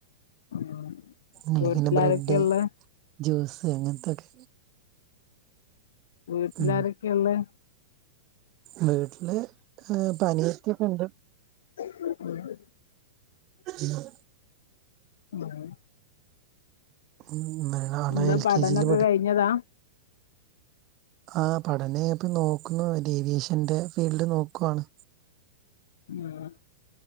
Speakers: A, on the left (about 70°); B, on the right (about 25°).
A: ആഹ്
B: അല്ലെങ്കിന്നെ
A: വീട്ടിലാരൊക്കെയ്ള്ളേ?
B: ബ്രെഡ് ജ്യൂസ് അങ്ങെൻത്തൊക്കെ
A: വീട്ട്ലാരൊക്കെയ്ള്ളേ?
B: ഉം വീട്ടില് പനിയൊക്കെക്ക്ണ്ട്
A: <unintelligible>
B: <unintelligible>
A: <unintelligible>
B: <unintelligible>
A: ന്‌ന്താ പഠനൊക്കെ
B: കെ ജിയിൽ
A: കഴിഞ്ഞതാ?
B: ആഹ് പഠനയപ്പം നോക്കുന്നു ഡിവിഷേന്റെ ഫീൽഡ് നോക്കുവാണ്
A: ആഹ